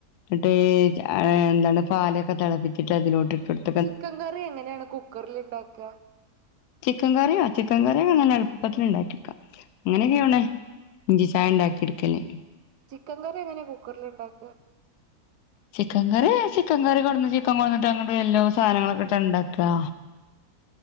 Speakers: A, on the left (about 80°); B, on the right (about 80°).
A: ഇന്ന്ട്ട് എന്തണ് പാലൊക്കെ തളപ്പിച്ച് അതിലോട്ട് ഇട്ടൊടുത്
B: ചിക്കൻ കറി എങ്ങനാണ് കുക്കറില്ണ്ടാക്ക
A: ചിക്കൻ കറിയൊ ചിക്കൻ കറിയൊങ്ങനെ എള്പ്പത്തിന് ഇണ്ടാക്കിടുക്ക ഇങ്ങനെയൊ ഇഞ്ചി ചായണ്ടാക്കി ഇട്ക്കല്
B: ചിക്കൻ കറി എങ്ങനെ കുക്കറില്ണ്ടാക്ക
A: ചിക്കൻ കറീ ചിക്കൻ കറി കൊടുന്ന് ചിക്കൻ കൊട്ന്ന്ട്ട് അങ്ങ്ട്ട് എല്ലോ സാധനങ്ങളൊക്കെ ഇട്ടങ്ങ് ഇണ്ടാക്കാ